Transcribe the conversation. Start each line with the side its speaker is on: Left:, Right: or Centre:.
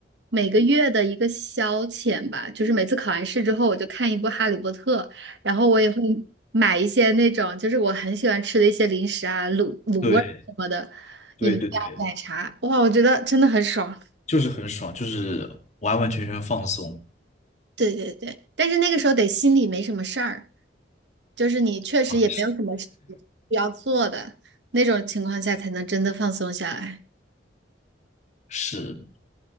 Right: 每个月的一个消遣吧，就是每次考完试之后，我就看一部《哈利波特》，然后我也会买一些那种就是我很喜欢吃的一些零食啊，卤卤味儿什么的，
Left: 对，对对对，
Right: 饮料、奶茶，哇，我觉得真的很爽。
Left: 就是很爽，就是完完全全放松
Right: 对对对，但是那个时候得心里没什么事儿。就是你确实也没有什么事情需要做的那种情况下，
Left: 啊。
Right: 才能真的放松下来。
Left: 是，